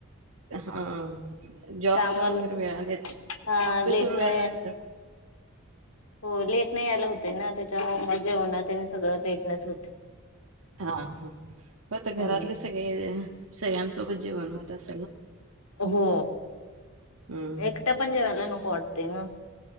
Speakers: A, on the right; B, on the left.
A: हा जॉबवरून
B: कामावरन
A: वगैरे वेळाने येत
B: हा
A: ऑफिस
B: लेट
A: होऊन
B: न
A: वेळाने येतात.
B: हो लेट नाही आला होते ना त्याच्यामुळे <unintelligible> जेऊना सगळं लेट नेच होते.
A: हा हा ब घरातले
B: हम्म
A: सगळे सगळ्यांसोबत जेवण होत अस
B: हो
A: हं, हं.
B: एकटा पण जेवायला न को वाटतय म